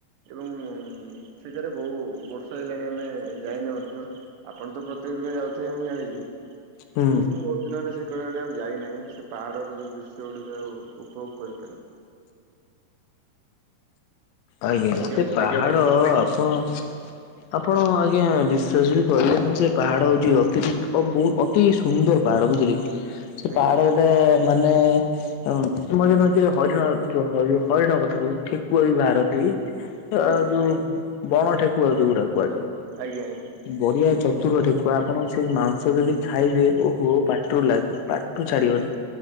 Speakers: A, on the right (about 85°); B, on the left (about 85°).
A: ଏବଂ ସେଠାରେ ବହୁ ବର୍ଷା ହେଲାଣି ଆମେ ଯାଇନେ ମଧ୍ୟ ଆପଣ ତ ପ୍ରତ୍ୟେକ ଦିନ ଯାଉଥିବେ ମୁଁ ଜାଣିଛି। କିନ୍ତୁ
B: ହୁଁ
A: ମୁଁ ପିଲାମାନେ ସେ କହିଲେ ଏଟା ଆଉ ଯାଇନାହିଁ ସେ ପାହାଡର ଯୋଉ ଦୃଶ୍ୟ ଗୁଡିକ ଆଉ ଉପଭୋଗ କରିପାରନି।
B: ଆଜ୍ଞା ଏତେ
A: ବନ୍ଧୁ
B: ପାହାଡ
A: ଆଜ୍ଞା
B: ଆପଣ ଆପଣ ଆଜ୍ଞା ବିଶ୍ୱାସ ବି କରିବେନି ଯେ ପାହାଡ ହୋଉଛି ଅତିରିକ୍ତ ବହୁ ଅତି ଅତି ସୁନ୍ଦର ପାହାଡ ବୁଝିଲେ କି ସେ
A: ଆଜ୍ଞା
B: ପାହାଡ ପଟେ ମାନେ ଏମ୍ ମଝୀରେ ମଝିରେ ହରିଣ ଚୁ ହରି ହରିଣ କଥା କହୁ ଠେକୁଆ ବି ବାହାରନ୍ତି। ଅ
A: ଆଜ୍ଞା
B: ଯୋଉ ବଣ ଠେକୁଆ ଯୋଉରା କୁହାଯାଏ।
A: ଆଜ୍ଞା ଆଜ୍ଞା।
B: ବଢିଆ ଚତୁର ଠେକୁୁଆ ଆପଣ ସେ ମାଂସ ଯଦି ଖାଇବେ ଓହୋ ପାଟିରୁ ଲାଗିବ ପାଠୁ ଛାଡିବନି।